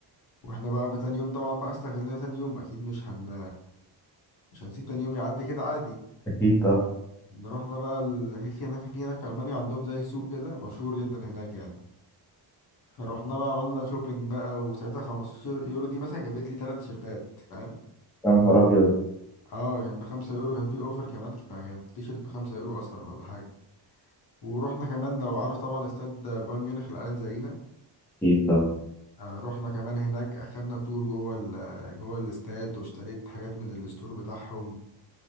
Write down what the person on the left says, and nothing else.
واحنا بقى في تاني يوم طبعا بقى استغلنا تاني يوم اكيد مش هن مش هنسيب تاني يوم يعدي كده عادي
رحنا بقى ال... هي في هناك في هناك في ألمانيا عندهم زي سوق كده مشهور جدا هناك يعني فروحنا بقى عملنا شوبينج بقى وساعتها 15 يورو دي مثلا جابت لي تلات تيشيرتات فاهم
اه كان بخمسة يورو كان في اوفر كمان فكانت التيشيرت بخمسة يورو اصلا ولا حاجة ورحنا كمان لو عارف طبعا استاد بايرن ميونخ الاليانز ارينا
آه رحنا كمان هناك اخدنا تور جوه ال... جوه الاستاد واشتريت حاجات من الستور بتاعهم